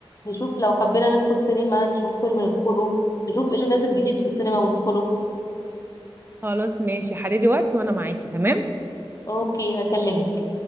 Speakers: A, on the left; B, on the right.
A: نشوف لو حبينا ندخل سينما نشوف فيلم ندخله نشوف ايه اللي نازل جديد في السينما وندخله
B: خلاص ماشي حددي وقت وانا معاكي تمام
A: اوكي هكلمك